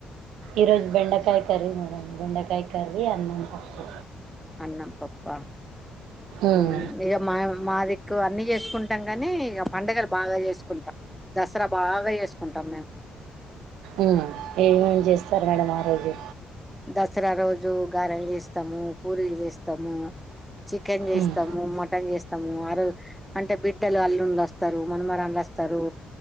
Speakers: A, on the right; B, in the centre.
A: ఈరోజు బెండకాయ్ కర్రీ మేడం బెండకాయ్ కర్రీ అన్నం పప్పు
B: అన్నం పప్ప
A: ఉమ్
B: ఉ ఇగ మా మా దిక్కు అన్ని చేసుకుంటాం కాని ఇగ పండుగలు బాగా చేసుకుంటాం దసరా బాగా చేసుకుంటాం మేము
A: ఉ ఏమేం చేస్తారు మేడం ఆ రోజు
B: దసరా రోజు గారెలు చేస్తాము పూరీలు చేస్తాము చికెన్ చేస్తము,
A: ఉమ్
B: మటన్ చేస్తము ఆరోజు అంటే బిడ్డలు అల్లుండ్లు అస్తరు, మనమరాన్లు అస్తరు.